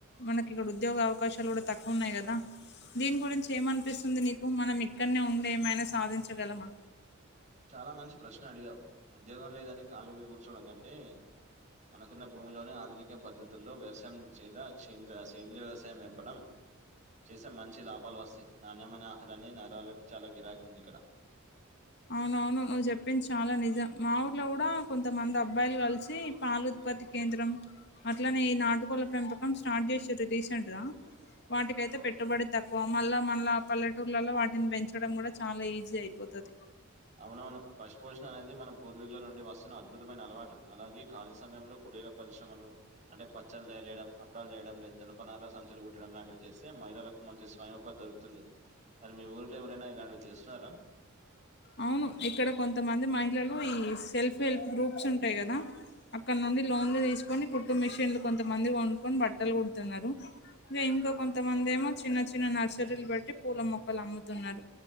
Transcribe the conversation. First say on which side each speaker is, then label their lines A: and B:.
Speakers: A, on the left; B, on the right.
A: మనకి ఇక్కడ ఉద్యోగ అవకాశాలు. తక్కువ ఉన్నాయి కదా. దీని గురించి ఏమనిపిస్తుంది నీకు మనం ఇక్కడనే ఉండి ఏమైనా సాధించగలమా.
B: చాలా మంచి ప్రశ్న అడిగావు ఉద్యోగం లేదని ఖాళీగా కూర్చోడం కంటే. మనకున్న భూమిలోనే ఆధునిక పద్ధతుల్లో వ్యవసాయం చేదషేంద్ర ఆహ్ సేంద్రియ వ్యవసాయం పెంపడం. చేస్తే మంచి లాభాలు వస్తాయి నాణ్యమైన ఆహారాన్ని నరాలకి చాలా గిరాక్ ఉంది ఇక్కడ.
A: అవునవును నువ్వు చెప్పింది చాలా నిజం మా ఊర్లో కూడా కొంతమంది అబ్బాయిలు కలిసి పాలు ఉత్పత్తి. కేంద్రం అట్లనే ఈ నాటుకోళ్ల పెంపకం స్టార్ట్ చేసింరు రీసెంట్ గా. వాటికైతే పెట్టుబడి తక్కువ మళ్ళా మళ్ళా పల్లెటూర్లలో వాటిని పెంచడం కూడా చాలా ఈజీ అయిపోతది.
B: అవునవును పశుపోషణ అనేది మన పూర్వీకుల నుండి వస్తున్న అద్భుతమైన అలవాటు అలాగే ఖాళీ సమయంలో. కూటిరా పరిశ్రమలు అంటే పచ్చళ్లు తయరుచెయడం అప్పాడాలు చేయడం జనపనర సంచులు కుట్టడం లాంటివి చేస్తే మ కు మంచి స్వయం ఉపాధి దొరుకుతుంది మరి మీ ఊర్లో ఎవరైనా ఇలాంటివి చేస్తున్నారా
A: అవును ఇక్కడ కొంతమంది మహిళలు ఈ సెల్ఫ్ హెల్ప్ గ్రూప్స్ ఉంటాయి కదా అక్కడ నుండి లోన్లు తీసుకొని కుట్టు మిషన్లు కొంతమంది కొనుక్కొని బట్టల్ కుడుతున్నారు ఇగ ఇంకా కొంతమంది ఏమో చిన్న చిన్న నర్సరీలు పెట్టి పూల మొక్కలు అమ్ముతున్నారు